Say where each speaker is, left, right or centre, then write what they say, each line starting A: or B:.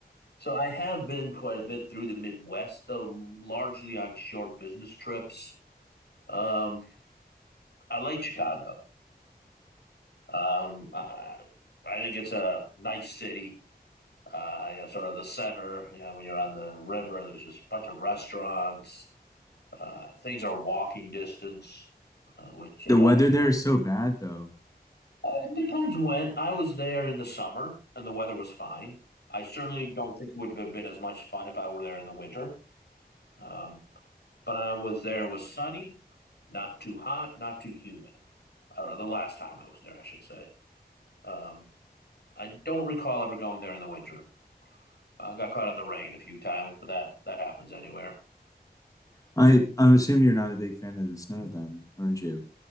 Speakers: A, on the left; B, on the left.
A: So I have been quite a bit through the Midwest, though largely on short business trips. Um, I like Chicago. Um, I, I think it's a nice city. Uh, you know, sort of the center. You know, when you're on the river, there's just a bunch of restaurants. Uh, things are walking distance, uh, which again
B: The weather there is so bad though.
A: Uh, it depends when. I was there in the summer and the weather was fine. I certainly don't think it would have been as much fun if I were there in the winter. Um, but I was there, it was sunny, not too hot, not too humid. Or the last time I was there, I should say. Um, I don't recall ever going there in the winter. I got caught in the rain a few times, but that that happens anywhere.
B: I I assume you're not a big fan of the snow then, aren't you?